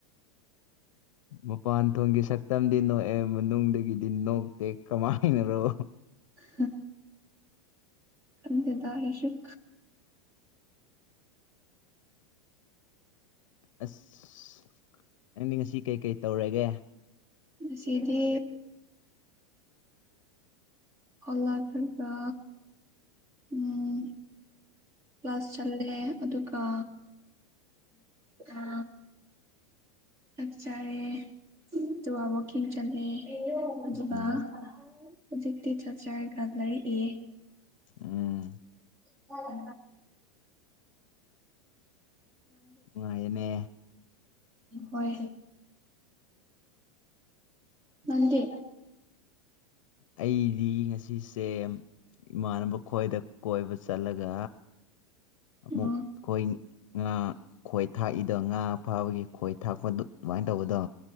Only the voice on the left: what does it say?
ꯃꯄꯥꯟ ꯊꯣꯡꯒꯤ ꯁꯛꯇꯝꯗꯤ ꯅꯣꯛꯑꯦ ꯃꯅꯨꯡꯗꯒꯤꯗꯤ ꯅꯣꯛꯇꯦ ꯀꯃꯥꯏꯅꯔꯣ
ꯑꯁ ꯅꯪꯗꯤ ꯉꯁꯤ ꯀꯩꯀꯩ ꯇꯧꯔꯒꯦ
ꯎꯝ
ꯎꯝ
ꯑꯑꯅꯦ
ꯑꯩꯗꯤ ꯉꯁꯤꯁꯦ ꯏꯃꯥꯟꯅꯕ ꯈ꯭ꯋꯥꯏꯗ ꯀꯣꯏꯕ ꯆꯠꯂꯒ ꯑꯃꯨꯛ
ꯑꯩꯈꯣꯏ ꯉꯥ ꯈꯣꯏ ꯊꯥꯛꯏꯗꯣ ꯉꯥ ꯐꯥꯕꯒꯤ ꯈꯣꯏ ꯊꯥꯛꯄꯗꯨ ꯑꯗꯨꯃꯥꯏꯅ ꯇꯧꯕꯗꯣ